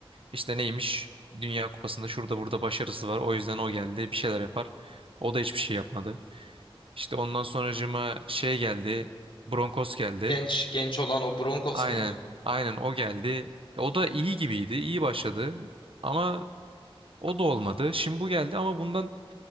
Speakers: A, on the right; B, on the left.
A: İşte neymiş? Dünya Kupası'nda şurada burada başarısı var. O yüzden o geldi. Bir şeyler yapar. O da hiçbir şey yapmadı. İşte ondan sonracığıma şey geldi. Broncos geldi.
B: Genç genç olan o Broncos
A: Aynen.
B: muydu?
A: Aynen o geldi. O da iyi gibiydi. iyi başladı. Ama o da olmadı. Şimdi bu geldi ama bundan